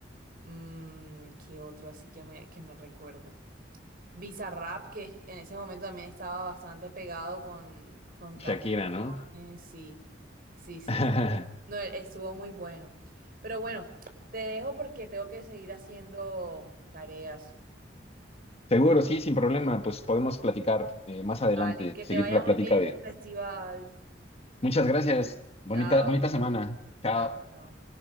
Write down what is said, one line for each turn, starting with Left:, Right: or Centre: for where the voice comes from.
Right: Mm, ¿qué otro así que me, que me recuerde? Bizarrap, que es- en ese momento también estaba bastante pegado con, con canciones.
Left: Shakira, ¿no?
Right: Sí, sí, sí,
Left: <laughs>
Right: sí. No, e- estuvo muy bueno. Pero bueno, te dejo porque tengo que seguir haciendo tareas.
Left: Seguro, sí, sin problema. Pues podemos platicar eh, más adelante,
Right: Vale, que
Left: seguir
Right: te vaya
Left: la
Right: muy
Left: plática
Right: bien en
Left: de...
Right: tu festival.
Left: Muchas gracias. Bonita,
Right: Chao,
Left: bonita semana. Chao.
Right: chao, chao.